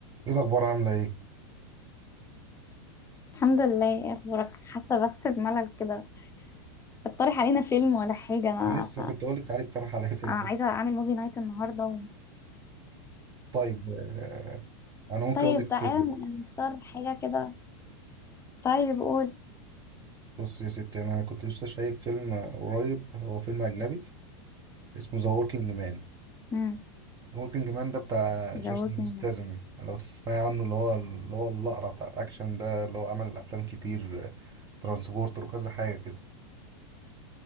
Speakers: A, on the right; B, on the left.
A: ايه الاخبار عامله ايه
B: الحمد لله ايه اخبارك حاسه بس بملل كده تقترح علينا فيلم ولا حاجه انا
A: انا لسه كنت اقول لك تعالي اقترح عليا فيلم
B: انا
A: بس
B: عايزه اعمل موفي نايت النهارده و...
A: طيب آه، انا ممكن
B: طيب
A: اقول لك
B: تعالى
A: فيلم
B: نختار حاجه كده طيب قول
A: بص يا ستي انا كنت لسه شايف فيلم قريب هو فيلم اجنبي اسمه ذا وركينج مان
B: امم
A: وركينج مان ده بتاع
B: ذا
A: جيسون
B: ووكينج
A: ستاثام لو تسمعي عنه اللي هو اللي هو الاقرع بتاع الاكشن ده اللي هو عمل افلام كتير آه، ترانسبورتر وكذا حاجه كده